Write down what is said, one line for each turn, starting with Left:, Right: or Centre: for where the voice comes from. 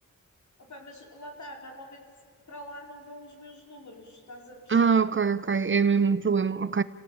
Left: Opa, mas lá está, normalmente para lá não vão os meus números, estás a perceber?
Right: Ah, ok, ok. É mesmo um problema. Ok.